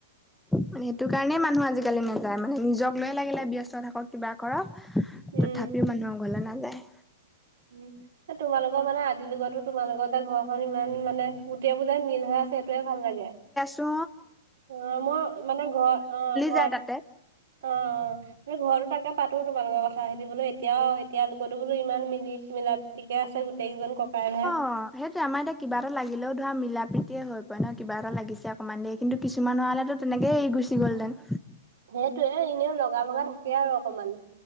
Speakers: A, in the centre; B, on the right (about 65°).
A: মানে সেইটো কাৰণে মানুহ আজিকালি নাযায় মানে। নিজক লৈয়ে লাগিলে ব্যস্ত থাকক কিবা কৰক,
B: উম।
A: তথাপিও মানুহৰ ঘৰলৈ নাযায়।
B: উম, তোমালোকৰ মানে আজিৰ যুগতো তোমালোকতে এ ঘৰখন ইমান মানে, গোটেইবোৰ যে মিল হৈ আছে সেইটোৱে ভাল লাগে।
A: ত অঁ।
B: অ মই মানে ঘ অ ঘৰতো
A: যায় তাতে
B: অ অ। আমি ঘৰতো তাকে পাতো তোমালোকৰ কথা, সিহঁতি বোলো এতিয়াও এতিয়া যুগতো বোলো ইমান মিলি মিলা- ঠিকে আছে গোটেইকেইজন ককাই ভাই।
A: অ সেইটোয়ে আমাৰ এতিয়া কিবা এটা লাগিলেও ধৰা মিলা প্ৰীতিয়ে হৈ পৰে ন কিবা এটা লাগিছে অকনমান দেৰি, কিন্তু কিছুমান হোৱা হলেতো তেনেকেই এৰি গুচি গ'লহঁতেন।
B: সেইটোৱে, এনেও লগা ভগা থাকেই আৰু অকমান।